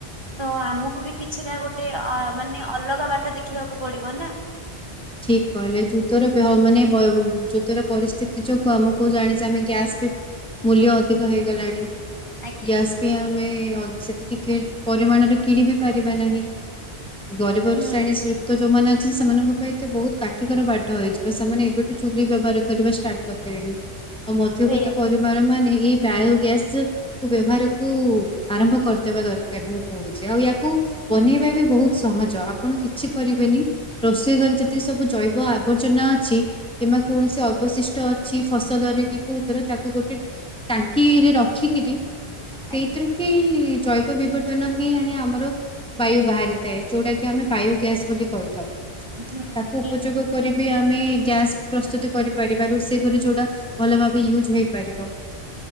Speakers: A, on the right; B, in the centre.
A: ତ ଆମକୁ ବି କି କିଛିଟା ଗୋଟେ ଅ ମାନେ ଅଲଗା ବାଟ ଦେଖିବାକୁ ପଡିବ ନା
B: ଠିକ କହିଲେ ଯୁତର ବ୍ୟ ମାନେ ଯୁତର ପରିସ୍ଥିତି ଯୋଗୁ ଆମକୁ ଜାଣିଛ ଆମେ ଗ୍ୟାସ ବି ମୂଲ୍ୟ ଅଧିକ ହେଇଗଲାଣି।
A: ଆଜ୍ଞା
B: ଗ୍ୟାସ ବି ଆମେ ଅଧ ସେତିକି କି ପରିମାଣରେ କିଣି ବି ପାରିବା ନାହିଁ। ଗରିବ
A: ହୁଁ
B: ରୁ ଶ୍ରେଣୀ ଯୁକ୍ତ ଯୋଉ ମାନେ ଅଛନ୍ତି ସେମାନଙ୍ଗ ପାଇଁ ସେ ବହୁତ କାଠିକର ବାଟ ହେଇଯିବ ସେମାନେ ଏବେଠୁ ଚୁଲି ବ୍ୟବହାର କରିବା ଷ୍ଟାର୍ଟ କରିଥିଲେଣି। ମଧ୍ୟବିତ୍ତ
A: ସେଇଆ
B: ପରିବାର ମାନେ ଏଇ ବାୟୋଗ୍ୟାସ୍ ବ୍ୟବହାରକୁ ଆରମ୍ଭ କରିଦେବା ଦରକାର, ମୁଁ କହୁଛି ଆଉ ୟାକୁ ବନେଇବା ବି ବହୁତ ସହଜ ଆପଣ କିଛି କରିବେନି ରୋଷେଇ ଘରେ ଯେ ତେ ସବୁ ଜୈବ ଆବର୍ଜନା ଅଛି। କିମ୍ବା କୌଣସି ଅବଶିଷ୍ଟ ଅଛି ଫସଲରେ କି କୋଉ ତର ତାକୁ ଗୋଟେ ଟାଙ୍କିରେ ରଖିକିରି ସେଇଥିରୁ
A: ଆଜ୍ଞା
B: ହିଁ ଜୈ ଜୈଦ ବିବର୍ତ୍ତନ ହିଁ ଆାଣେ ଆମର ବାୟୁ ବାହାରିଥାଏ, ଯୋଉଟା କି ଆମେ ବାୟୋ ଗ୍ୟାସ୍ ବୋଲି କହିଥାଉ।
A: ହୁଁ
B: ତାକୁ
A: ନିହାତି।
B: ଉପଯୋଗ ବି ଆମେ ଗ୍ୟାସ ପ୍ରସ୍ତୁତ କରିପାରିବା ରୋଷେଇ କରି ଯୋଉଟା ଭଲ ଭାବେ ୟୁଜ ହେଇପାରିବ।